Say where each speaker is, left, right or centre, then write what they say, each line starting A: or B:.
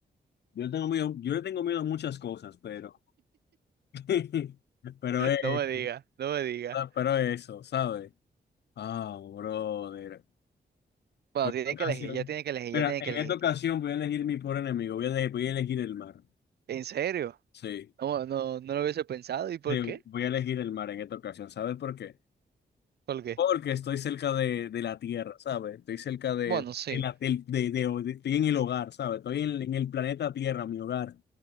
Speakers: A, on the left; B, on the right.
A: yo tengo miedo, yo le tengo miedo a muchas cosas, pero. <laughs> Pero
B: <laughs>
A: eso,
B: No me diga no me diga
A: sa- pero eso, ¿sabes? Ah, brother.
B: Bueno,
A: Por
B: tiene
A: esta ocasión.
B: que elegir, ya tiene que elegir,
A: Mira,
B: ya tiene
A: en
B: que elegir.
A: esta ocasión voy a elegir mi pobre enemigo. Voy a elegir, voy a elegir el mar.
B: ¿En serio?
A: Sí,
B: No, no, no lo hubiese pensado. ¿Y por
A: sí,
B: qué?
A: voy a elegir el mar en esta ocasión. ¿Sabes por qué?
B: ¿Por qué?
A: Porque estoy cerca de, de la tierra, ¿sabes? Estoy cerca de,
B: Bueno, sí,
A: de la del- de, de- de- estoy en el hogar, ¿sabes? Estoy en, en el planeta Tierra, mi hogar.